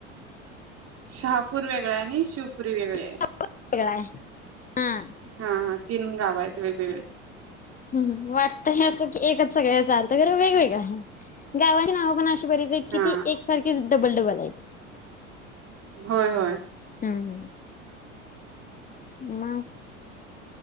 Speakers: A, on the right (about 35°); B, on the left (about 20°).
A: शहापूर वेगळा आणि शिवपुरी वेगळे
B: <unintelligible> वेगळा आहे हा
A: हा-हा तीन गाव आहेत वेगवेगळे.
B: हम्म वाटतय असं क एकच सगळ्यांचा अर्थ वगैरे वेगवेगळहाय गावाची नाव पण अशी बरीच कि
A: हा
B: एकसारखे डबल-डबल आहेत.
A: होय होय.
B: हम्. मग,